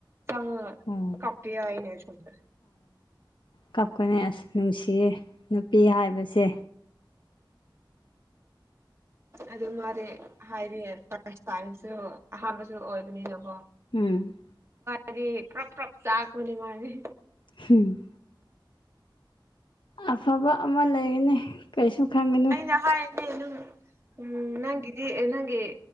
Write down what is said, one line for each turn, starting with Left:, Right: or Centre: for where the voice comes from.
Right: ꯆꯪ
Left: ꯑꯣ
Right: ꯀꯞꯄꯤꯤꯏꯅꯦ ꯁꯨꯗꯔ
Left: ꯀꯥꯞꯀꯅꯤ ꯑꯁ ꯅꯨꯡꯁꯤꯌꯦ ꯅꯨꯄꯤ ꯍꯥꯏꯕꯁꯦ
Right: ꯑꯗꯨ ꯃꯥꯗꯤ ꯍꯥꯏꯗꯤ ꯄꯁꯇꯁꯨ ꯑꯍꯥꯟꯕꯁꯨ ꯑꯣꯏꯕꯅꯤꯅꯀꯣ
Left: ꯎꯝ
Right: ꯑꯔꯤ ꯄ꯭ꯔ ꯔ꯭ꯔꯞ ꯆꯥꯀ ꯃꯅꯤ ꯃꯥꯔꯤ
Left: ꯍꯝ ꯑꯐꯕ ꯑꯃ ꯂꯩꯒꯅꯤ ꯀꯩꯁꯨ ꯈꯟꯒꯅꯨ
Right: ꯑꯩꯅ ꯍꯥꯏꯅꯦ ꯅꯪ ꯎꯝ ꯅꯪꯒꯤꯗꯤ ꯅꯪꯒꯤ